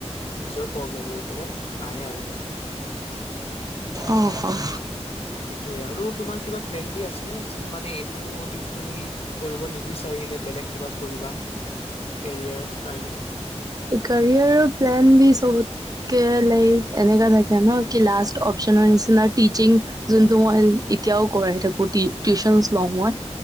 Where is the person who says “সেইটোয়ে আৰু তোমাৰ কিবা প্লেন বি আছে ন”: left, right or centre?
Left